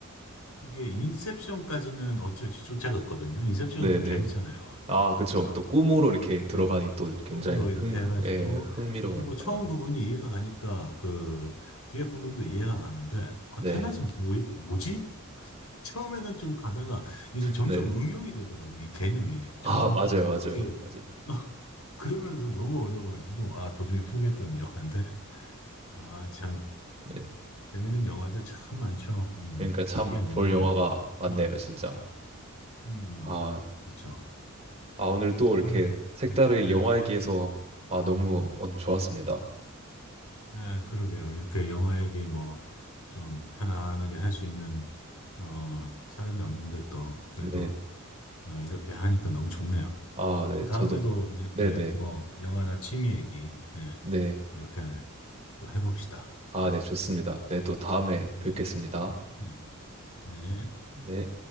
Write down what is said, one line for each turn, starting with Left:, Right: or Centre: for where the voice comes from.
Left: 이게 인셉션까지는 어찌어찌 쫓아갔거든요. 인셉션은
Right: 네,
Left: 좀
Right: 네.
Left: 재밌잖아요.
Right: 아, 그쵸.
Left: 응,
Right: 또 꿈으로 이렇게 들어가니
Left: 응.
Right: 또 굉장히
Left: 꿈으로 이렇게
Right: 흥,
Left: 해가지고
Right: 예, 흥미로우니까.
Left: 뭐 처음 부분이 이해가 가니까 그 뒤에 부분도 이해가 가는데 아,
Right: 네,
Left: 테넷은 뭐, 뭐지? <laughs> 처음에는 좀 가다가 이제 점점
Right: 네.
Left: 응용이 되더라고 이 개념이
Right: 아,
Left: 점점
Right: 맞아요, 맞아요,
Left: 이게
Right: 맞아요.
Left: <laughs> 그러면서 너무 어려워가지고 아 도중에 포기했던 영화인데 아참
Right: 네.
Left: 재밌는 영화들 참 많죠. 음,
Right: 그러니까 참
Left: 특이한
Right: 볼
Left: 영화도
Right: 영화가
Left: 많고.
Right: 많네요,
Left: 음,
Right: 진짜.
Left: 음,
Right: 아,
Left: 그렇죠.
Right: 아, 오늘 또 이렇게
Left: 아,
Right: 색다르게
Left: 이- 네,
Right: 영화 얘기해서, 아, 너무 오늘 좋았습니다.
Left: 아, 그러게요. 이렇게 영화 얘기 뭐 좀 편안하게 할 수 있는 어, 사람이 없는데 또 그래도
Right: 네.
Left: 어, 이렇게 하니까 너무 좋네요.
Right: 아, 네,
Left: 또
Right: 저도.
Left: 다음에도 이렇게
Right: 네네.
Left: 뭐 영화나 취미 얘기 예,
Right: 네.
Left: 이렇게 또 해봅시다.
Right: 아,
Left: 네,
Right: 네, 좋습니다. 네, 또 다음에
Left: 네,
Right: 뵙겠습니다.
Left: 네. 네.
Right: 네.